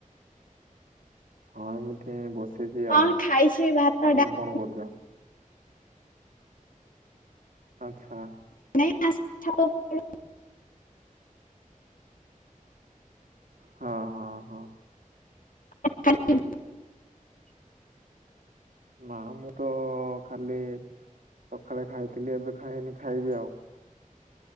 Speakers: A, on the right; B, on the left.
A: ହଁ ଏମିତି ବସିଛି ଆଉ
B: ହଁ ଖାଇଛି ଭାତ
A: ତମେ
B: ଡାଲି
A: କଣ କରୁଛ। ଆଚ୍ଛା।
B: <unintelligible>
A: ହଁ ହଁ ହଁ।
B: <unintelligible>
A: ନା ମୁଁ ତ ଖାଲି। ସକାଳେ ଖାଇଥିଲି ଏବେ ଖାଇନି ଖାଇବି ଆଉ।